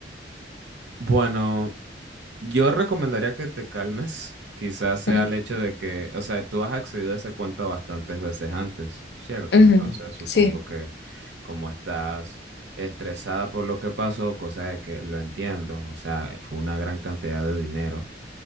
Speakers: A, on the right; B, on the left.
A: Bueno, yo recomendaría que te calmes. <laughs> Quizás sea
B: Ujú,
A: el hecho de que, o sea, tú has accedido a esa cuenta bastantes veces antes, ¿cierto?
B: ujú,
A: Entonces supongo
B: Sí.
A: que como estás estresada por lo que pasó, cosa de que lo entiendo, o sea, fue una gran cantidad de dinero.